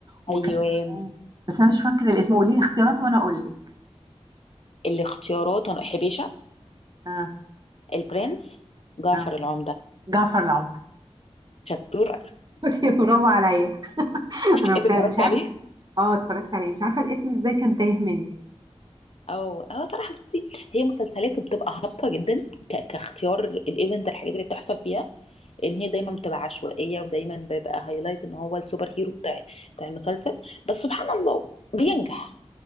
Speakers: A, on the right; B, on the left.
A: وكان
B: ايوه
A: معاه بس انا مش فاكره الاسم قولي لي اختيارات وانا اقول لك
B: الاختيارات وأنا- حبيشة
A: آه.
B: البرنس جعفر
A: آه.
B: العمدة
A: جعفر العمدة
B: شطور
A: <laughs> بصي برافو عليا انا
B: انت
A: كان
B: اتفرجت
A: مش عارفه
B: عليه؟
A: اه اتفرجت عليه مش عارفه الاسم ازاي كان تايه مني
B: او اه صراحه بصي هي مسلسلاته بتبقى هابطه جدا ك- كاختيار الايفنت الحاجات اللي بتحصل فيها ان هي دايما بتبقى عشوائيه ودايما بيبقى هايلايت ان هو السوبر هيرو بتاع بتاع المسلسل بس سبحان الله بينجح